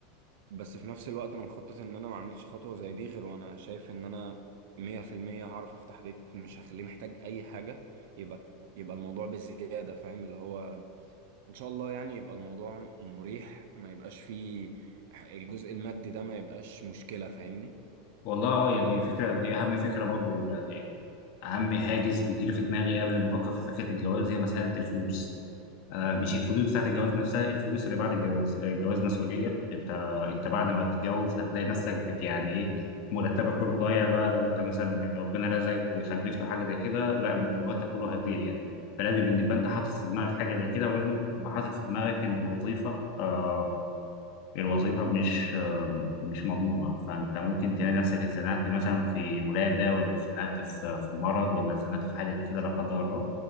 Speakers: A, on the right (about 70°); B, on the left (about 55°).
A: بس في نفس الوقت انا مخطط ان انا ما اعملش خطوه زي دي غير وانا شايف ان انا 100% هعرف افتح بيت مش هخليه محتاج اي حاجه يبقى يبقى الموضوع بزياده فاهم اللي هو ان شاء الله يعني يبقى الموضوع مريح ما يبقاش فيه الجزء المادي ده ما يبقاش مشكله فاهمني
B: والله اه يا دي فكرة دي أهم فكرة برضه يعني أهم هاجس بيجيلي في دماغي قبل ما أفكر في فكرة الجواز هي مسألة الفلوس آه مش الفلوس بتاعت الجواز نفسها الفلوس اللي بعد الجواز آه، الجواز مسؤولية أنت أنت بعد ما تتجوز هتلاقي نفسك بت يعني إيه مرتبك كله ضايع بقى لو أنت مثلا يعني ربنا رزقك وخلفت حاجة زي كده لا المرتب كله هيضيع يعني فلازم إن يبقى أنت حاطط في دماغك حاجة زي كده ولازم تبقى حاطط في دماغك إن الوظيفة آه، الوظيفة مش مش مضمونة فأنت ممكن تلاقي نفسك اتزنقت مثلا في ولادة ولا اتزنقت في في مرض ولا اتزنقت في حاجة زي كده لا قدر الله